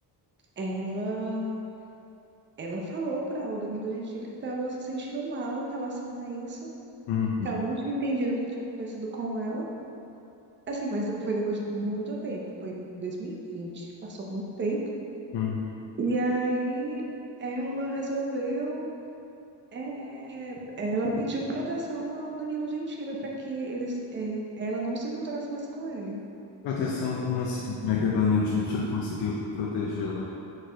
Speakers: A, on the right; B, on the left.
A: Ela, ela falou para o Danilo Gentili que estava se sentindo mal em relação a isso,
B: hum,
A: que ela não tinha entendido o que tinha acontecido com ela. Assim, mas foi depois de muito tempo, foi em 2020, passou muito tempo.
B: hum.
A: E aí ela resolveu, é, é, ela pediu proteção ao Danilo Gentili para que eles, é, ela não se encontrasse mais com ele.
B: Proteção, como assim? Como é que o Danilo Gentili conseguiu protegê-la?